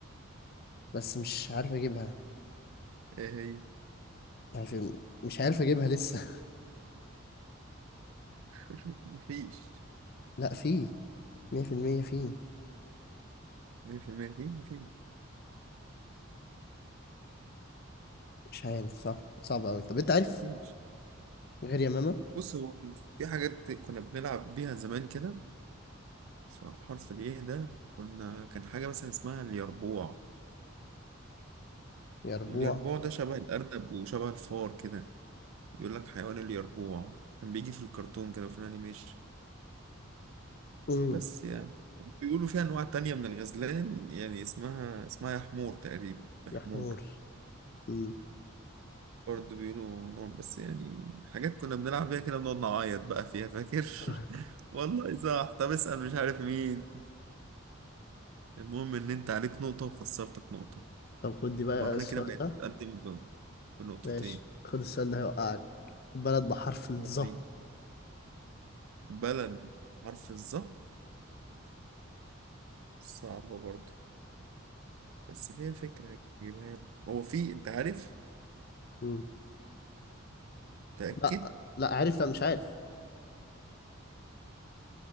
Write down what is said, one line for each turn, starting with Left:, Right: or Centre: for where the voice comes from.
Left: بس مش عارف أجيبها
Right: إيه هي
Left: عارف مش عارف أجيبها لسه
Right: <laughs> مفيش
Left: <laughs> لأ في مية في المية في
Right: مفيش مفيش مفيش
Left: مش عارف صح صعب أوي طب أنت عارف
Right: مفيش
Left: غير يا ماما
Right: بص هو في حاجات كنا بنلعب بيها زمان كده فحرف الايه ده كنا كان حاجة مثلا اسمها اليربوع
Left: يا ربوع
Right: اليربوع ده شبه الأرنب وشبه الفار كده بيقول لك حيوان اليربوع كان بيجي في الكرتون كده وفي الأنيميشن
Left: أمم
Right: بس يعني بيقولوا فيها أنواع تانية من الغزلان يعني اسمها اسمها يا حمور تقريبا يا
Left: يا
Right: حمور
Left: حمور أمم
Right: برضه بيقولوا نار بس يعني حاجات كنا بنلعب بيها كده بنقعد نعيط بقى فيها فاكر
Left: <laughs>
Right: <laughs> والله صح طب اسأل مش عارف مين المهم ان انت عليك نقطة وخسرتك نقطة
Left: طب خد دي بقى
Right: وانا
Left: السؤال
Right: كده بقيت
Left: ده
Right: متقدم ب- بنقطتين
Left: ماشي خد السؤال ده هيوقعك بلد بحرف الظا
Right: وريني. بلد حرف الظا صعبة برضه بس فيها فكرة هجيبها لك هو في انت عارف
Left: أمم.
Right: تأكد
Left: لأ لأ عارف لأ مش عارف